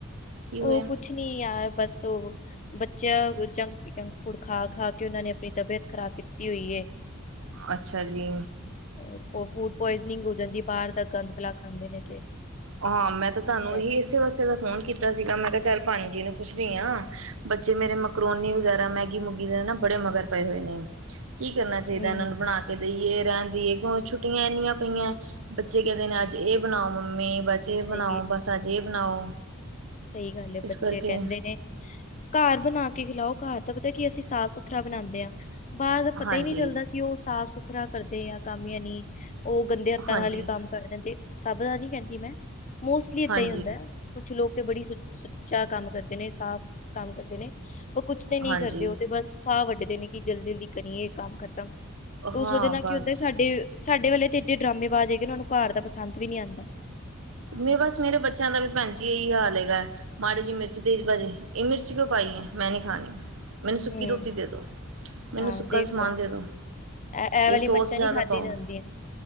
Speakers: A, on the right; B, on the left.
A: ਕੀ ਹੋਇਆ?
B: ਉਹ ਕੁੱਛ ਨੀ ਯਾਰ, ਬੱਸ ਉਹ ਬੱਚਿਆਂ ਜੰਕ, ਜੰਕ ਫੂਡ ਖਾ ਖਾ ਕੇ ਉਹਨਾਂ ਨੇ ਆਪਣੀ ਤਬੀਅਤ ਖ਼ਰਾਬ ਕੀਤੀ ਹੋਈ ਏ।
A: ਅੱਛਾ ਜੀ।
B: ਉਹ ਫੂਡ ਪੁਆਇਜ਼ਨਿੰਗ ਹੋ ਜਾਂਦੀ, ਬਾਹਰ ਦਾ ਗੰਦ ਬਲਾ ਖਾਂਦੇ ਨੇ ਤੇ
A: ਹਾਂ ਮੈਂ ਤਾਂ ਤੁਹਾਨੂੰ
B: ਕਰਕੇ
A: ਇਹੀ ਇਸੇ ਵਾਸਤੇ ਦਾ ਫੋਨ ਕੀਤਾ ਸੀਗਾ, ਮੈਂ ਕਿਹਾ ਚੱਲ ਭੇਣਜੀ ਨੂੰ ਪੁੱਛਦੀ ਹਾਂ ਬੱਚੇ ਮੇਰੇ ਮਕਰੋਨੀ ਵਗੈਰਾ, ਮੈਗੀ ਮੂਗੀ ਦੇ ਨਾ ਬੜੇ ਮਗਰ ਪਏ ਹੋਏ ਨੇ। ਕੀ ਕਰਨਾ ਚਾਹੀਦਾ
B: ਹੂੰ
A: ਇਹਨਾਂ ਨੂੰ ਬਣਾ ਕੇ ਕਰ ਦੀਏ ਰਹਿਣ ਦੀਏ, ਕਿਉਂ ਛੁੱਟੀਆਂ ਇੰਨੀਆਂ ਪਈਆਂ, ਬੱਚੇ ਕਹਿੰਦੇ ਨੇ ਅੱਜ ਇਹ ਬਣਾਓ ਮੰਮੀ ਬਸ ਇਹ ਬਣਾਓ,
B: ਸਹੀ
A: ਬੱਸ ਅੱਜ ਇਹ ਬਣਾਓ।
B: ਸਹੀ ਗੱਲ ਹੈ,
A: ਇਸ
B: ਬੱਚੇ
A: ਕਰਕੇ
B: ਕਹਿੰਦੇ ਨੇ ਘਰ ਬਣਾ ਕੇ ਖਿਲਾਓ ਘਰ ਦਾ ਪਤਾ ਕੀ, ਅਸੀਂ ਸਾਫ਼ ਸੁੱਥਰਾ ਬਣਾਉਦੇ ਹਾਂ। ਬਾਹਰ ਦਾ ਪਤਾ
A: ਹਾਂਜੀ,
B: ਹੀ ਨਹੀਂ ਚੱਲਦਾ, ਕਿ ਉਹ ਸਾਫ ਸੁੱਥਰਾ ਕਰਦੇ ਆ ਕੰਮ ਯਾਨੀ ਉਹ ਗੰਦੇ ਹੱਥਾਂ
A: ਹਾਂਜੀ,
B: ਨਾਲ ਵੀ ਕੰਮ ਕਰਦੇ, ਸਭ ਦਾ ਨੀ ਕਹਿੰਦੀ ਮੈਂ, ਮੋਸਟਲੀ ਏਦਾਂ
A: ਹਾਂਜੀ,
B: ਹੀ ਹੁੰਦਾ। ਕੁੱਛ ਲੋਕ ਤੇ ਬੜੀ ਸੁੱਚਾ ਕੰਮ ਕਰਦੇ ਨੇ, ਸਾਫ਼ ਕੰਮ ਕਰਦੇ ਨੇ, ਪਰ ਕੁੱਛ ਤੇ ਨਹੀਂ
A: ਹਾਂਜੀ।
B: ਕਰਦੇ ਉਹ ਤੇ ਬਸ ਫਾਹ ਵੱਢਦੇ ਨੇ, ਕਿ ਜਲਦੀ ਜਲਦੀ ਕਰੀਏ ਇਹ ਕੰਮ ਖਤਮ ਤੇ ਉਸ
A: ਹਾਂ
B: ਵਜਾ ਨਾਲ
A: ਬਸ
B: ਕੀ ਹੁੰਦਾ ਸਾਡੇ, ਸਾਡੇ ਵਾਲੇ ਤੇ ਇਡੇ ਡਰਾਮੇ ਬਾਜ਼ ਹੈਗੇ ਉਹਨਾਂ ਨੂੰ ਘਰ ਦਾ ਪਸੰਦ ਵੀ ਨਹੀਂ ਆਂਦਾ।
A: ਮੈਂ ਬਸ ਮੇਰੇ ਬੱਚਿਆਂ ਦਾ ਵੀ ਭੈਣ ਜੀ ਇਹੀ ਹਾਲ ਹੈਗਾ, ਮਾੜੀ ਜੀ ਮਿਰਚ ਤੇਜ ਪੇ ਜਾਏ, ਇਹ ਮਿਰਚ ਕਿਉਂ ਪਾਈ ਹੈ ਮੈਂ ਨੀ ਖਾਣੀ ਮੈਨੂੰ ਸੁੱਕੀ
B: ਹਮ
A: ਰੋਟੀ ਦੇ ਦੋ। ਮੈਨੂੰ
B: ਹਾਂ
A: ਸੁੱਕਾ
B: ਦੇਖ
A: ਸਮਾਨ
B: ਲੋ,
A: ਦੇ ਦੋ
B: ਇਹ ਇਹ ਵਾਲੀ
A: ਸੋਸ
B: ਮਿਰਚਾਂ
A: ਜ਼ਿਆਦਾ
B: ਨਹੀਂ ਖਾਧੀ
A: ਪਾਓ
B: ਜਾਂਦੀਆਂ